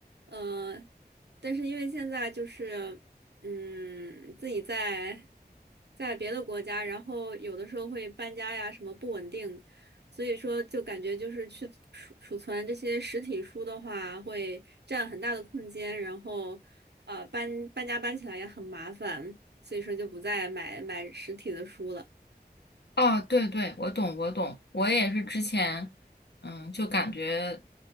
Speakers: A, on the right; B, on the left.
A: 呃，但是因为现在就是嗯，自己在在别的国家，然后有的时候会搬家呀，什么不稳定，所以说就感觉就是去储储存这些实体书的话，会占很大的空间，然后。呃，搬搬家搬起来也很麻烦，所以说就不再买买实体的书了。
B: 哦，对对，我懂，我懂，我也是之前，嗯，就感觉